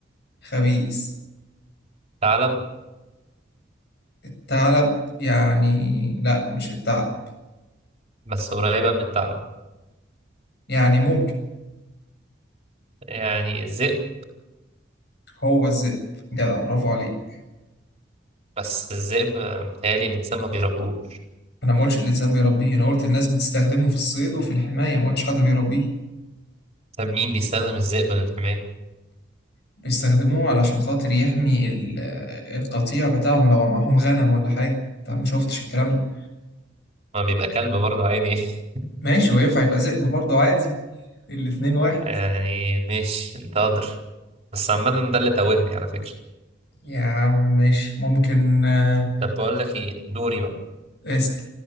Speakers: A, on the left; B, on the right.
A: خبيث
B: ثعلب
A: الثعلب يعني لا مش الثعلب
B: بس قريبة من الثعلب
A: يعني ممكن
B: يعني الذئب
A: هو الذئب جدع برافو عليك
B: بس الذئب آه، متهيألي الإنسان ما بيربوش
A: انا ما قلتش الانسان بيربيه انا قلت الناس بتستخدمه في الصيد وفي الحمايه ما قلتش حد بيربيه
B: طب مين بيستخدم الذئب للحماية؟
A: بيستخدموه علشان خاطر يحمي ال- آه، القطيع بتاعهم لو معاهم غنم ولا حاجه طب ما شفتش الكلام ده
B: ما بيبقى كلب برضه عادي <laughs>
A: ماشي وينفع يبقى ذئب برضه عادي الاتنين واحد
B: يعني ماشي أنت أدر بس عامة ده اللي توهني على فكرة
A: يا عم ماشي ممكن آه،
B: طب بقول لك إيه دوري بقى
A: اسأل